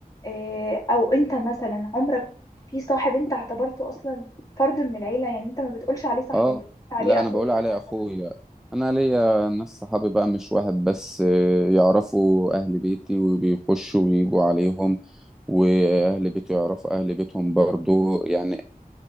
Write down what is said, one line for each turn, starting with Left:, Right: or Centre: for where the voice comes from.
Left: آه، او انت مثلا عمرك في صاحب انت اعتبرته اصلا فرد من العيلة يعني انت ما بتقولش عليه صاحبي
Centre: اه
Left: انت بتقول
Centre: لا
Left: عليه اخويا
Centre: انا بقول عليه
Left: مثلا
Centre: اخويا انا ليا ناس صحابي بقى مش واحد بس آه، يعرفوا اهل بيتي وبيخشوا ويجوا عليهم واهل بيتي يعرفوا اهل بيتهم برضو يعني